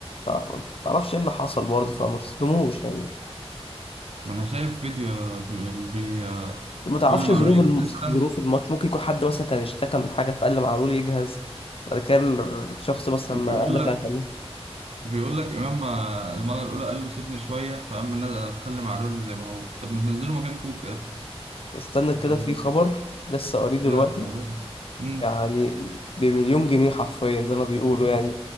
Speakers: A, on the left; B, on the right.
A: تع- ما تعرفش ايه اللي حصل برضه فما تظلموش يعني
B: ما انا شايف فيديو بي... بي...
A: ما تعرفش
B: بيقول لمعلول
A: ظروف الم...
B: بتسخن
A: ظروف الماتش ممكن يكون حد مثلا كان اشتكى من حاجه فقال لمعلول يجهز بعد كده الشخص مثلا
B: بيقول
A: ما قال لك
B: لك
A: انا فنان
B: بيقول لك امام المره الاولى قال له سيبني شويه فاما نزل خلي معلول زي ما هو طب ما تنزله مكان كوكا يا ابني
A: استنى كده
B: انت
A: في خبر لسه قريب دلوقتي
B: دماغك تعبان امم
A: يعني بمليون جنيه حرفيا زي ما بيقولوا يعني